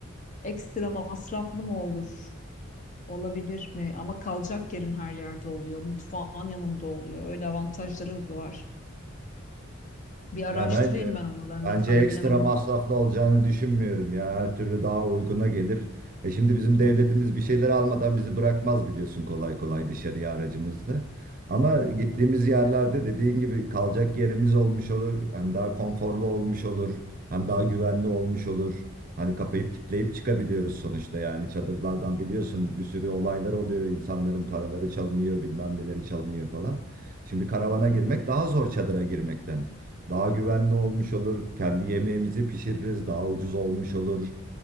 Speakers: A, on the left (about 35°); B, on the right (about 40°).
A: ekstra masraflı mı olur? Olabilir mi? Ama kalacak yerin her yerde oluyor. Mutfağın yanında oluyor. Öyle avantajları da var. Bir araştırayım
B: Ya bence
A: ben onu. Ben
B: bence
A: detaylı
B: ekstra
A: bilemedim.
B: masraflı olacağını düşünmüyorum ya. Her türlü daha uyguna gelir. E şimdi bizim devletimiz bir şeyler almadan bizi bırakmaz biliyorsun kolay kolay dışarıya aracımızla. Ama gittiğimiz yerlerde dediğin gibi kalacak yerimiz olmuş olur. Hem daha konforlu olmuş olur. Hem daha güvenli olmuş olur. Hani kapayıp kitleyip çıkabiliyoruz sonuçta yani çadırlardan biliyorsun bir sürü olaylar oluyor. İnsanların paraları çalınıyor, bilmem neleri çalınıyor falan. Şimdi karavana girmek daha zor çadıra girmekten. Daha güvenli olmuş olur. Kendi yemeğimizi pişiririz. Daha ucuz olmuş olur.